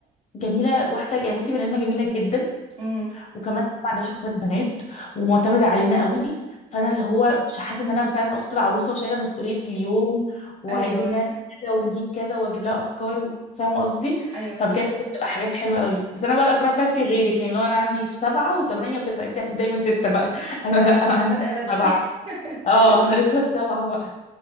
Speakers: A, on the left; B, on the right.
A: جميله واحده يعني بصي بني ادمه جميله جدا
B: أمم.
A: وكمان ما عندهاش اخوات بنات ومعتمده علينا قوي فانا اللي هو مش حاسه ان انا فعلا اخت العروسه وشايله مسؤوليه اليوم وعايزين
B: ايوه
A: نعمل كذا ونجيب كذا واجيب لها افكار و- فاهمه قصدي
B: ايوه فاهمه
A: فبجد
B: فاهمه
A: بتبقى حاجات حلوه قوي بس انا بقى الافراح بتاعتي غيرك يعني لو انا عندي في سبعه وثمانيه وتسعه انت هتبداي من سته بقى <laughs> انا
B: انا
A: لا انا عندي
B: أنا بادئه بدري
A: سبعه
B: <laughs>
A: اه انا لسه في سبعة بقى